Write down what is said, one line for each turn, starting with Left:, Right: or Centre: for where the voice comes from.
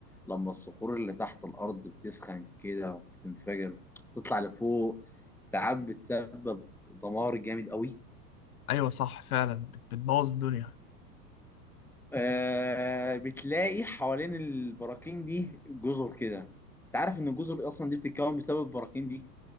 Centre: لما الصخور اللي تحت الأرض بتسخن كده وبتنفجر بتطلع لفوق ساعات بتسبب دمار جامد قوي
Left: ايوه صح فعلا بت- بتبوظ الدنيا
Centre: آه بتلاقي حوالين البراكين دي جزر كده انت عارف ان الجزر اصلا دي بتتكون بسبب البراكين دي